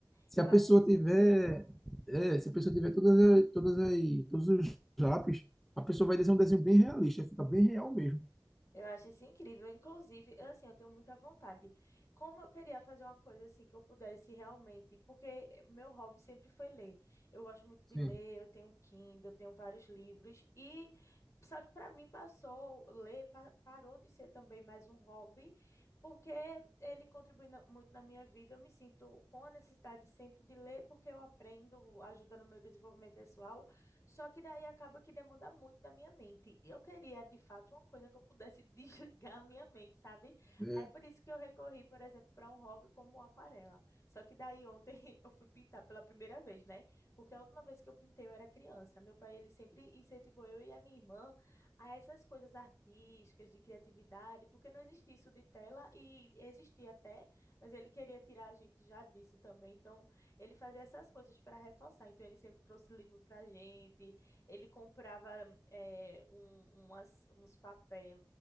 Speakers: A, in the centre; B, on the left.
A: Se
B: Eu
A: a
B: acho
A: pessoa
B: isso
A: tiver,
B: incrível.
A: é, se a pessoa tiver todas, as- todas as, todos os lápis, a pessoa vai desenhar um desenho bem realista, fica bem real mesmo.
B: Eu acho isso incrível. Inclusive, eu, assim, eu tenho muita vontade. Como eu queria fazer uma coisa assim que eu pudesse realmente, porque meu hobby sempre foi ler. Eu gosto muito
A: Sim.
B: de ler, eu tenho um Kindle, eu tenho vários livros e só que para mim passou ler pa- parou de ser também mais um hobby, porque ele contribui na- muito na minha vida. Eu me sinto com a necessidade sempre de ler porque eu aprendo, ajuda no meu desenvolvimento pessoal. Só que daí acaba que demanda muito da minha mente. E eu queria, de fato, uma coisa que eu pudesse <laughs> desligar a minha mente, sabe?
A: É.
B: Aí por isso que eu recorri, por exemplo, para um hobby como aquarela. Só que daí ontem <laughs> eu fui pintar pela primeira vez, né? Porque a última vez que eu pintei eu era criança. Meu pai, ele sempre incentivou eu e a minha irmã a essas coisas artísticas, de criatividade, porque não existia isso de tela e existia até, mas ele queria tirar a gente já disso também. Então, ele fazia essas coisas para reforçar. Então, ele sempre trouxe livro para a gente, ele comprava eh, um- umas- uns papéis,